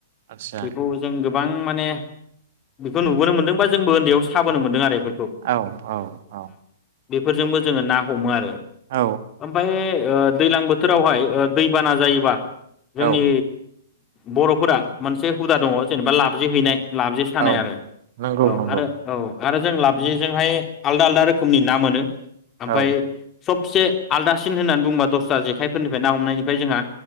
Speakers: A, on the right (about 50°); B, on the left (about 25°).
A: आदसा
B: बेखौ जों गो बां माने बेखौ नुबोनो मोनदोंबा जोंबो उन्दैयाव साबोनो मोनदों आरो एफोर
A: औ औ औ।
B: बेफोरजोंबो जोङो ना हमो आरो।
A: औ
B: ओमफ्राय ओ दैज्लां बोथोरावहाय ओ दैबाना जायोबा जोंनि
A: औ
B: बर'फोरा मोनसे हुदा दङ जेनोबा लाबजे हैैनाय। लाबजे सानाय
A: औ
B: आरो।
A: नंगौ
B: औ
A: नंगौ
B: आरो आरो जों लाबजेजोंहाय आलदा आलदा रोखोमनि ना मोनो। ओमफ्राय
A: औ
B: सबसे आलदासिन होननानै बुंङो बा दस्रा जेखाइफोरनिफ्राय ना हमनायनिफ्राय जोंहा